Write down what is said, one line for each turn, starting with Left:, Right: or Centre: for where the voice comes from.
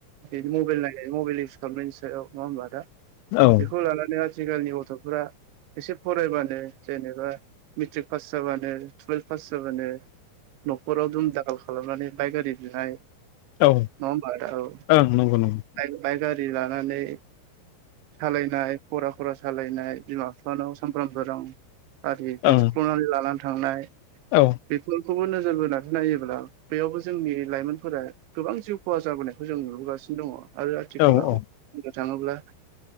Right: बिनो मबाइल नायनानै मबाइल इउस खालामनायनि सायाव नङा होमबा आदा?
Left: ओं
Right: बेखौ लानानै आथिखालनि गथ'फोरा एसे फरायबानो जेनेबा मिट्रिक पास जाबानो टुवेल्भ पास जाबानो न'खराव जुम दाखाल खालामनानै बाइक आरि <unintelligible> नङा
Left: औ
Right: होमबा आदा औ
Left: ओं नंगौ नंगौ
Right: बाइ गारि लानानै सालायनाय खरा खरा सालायनाय बिमा फिफानाव सानफ्रामबो रां गारि बिख्ल'नानै
Left: ओं
Right: लानानै थांनाय
Left: औ।
Right: बेफोरखौबो नोजोर बोनानै नायोब्ला बेयावबो जोंनि लाइमोनफोरा गोबां जिउ खहा जाबोनायखौ जों नुबोगासिनो दङ आरो आथिखालाव
Left: औ औ
Right: बुंनो थाङोब्ला